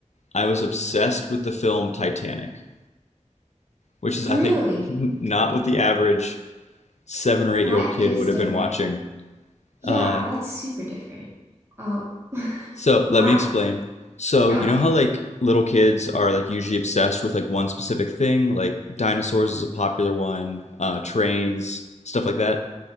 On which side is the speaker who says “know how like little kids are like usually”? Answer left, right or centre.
Left